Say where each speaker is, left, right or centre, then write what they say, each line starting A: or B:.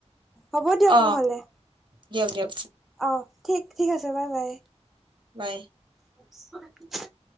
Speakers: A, in the centre; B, on the right (about 45°).
A: হ'ব দিয়ক
B: অ
A: নহলে
B: দিয়ক যিয়ক
A: অহ ঠিক ঠিক আছে বাই বাই
B: বাই
A: <unintelligible>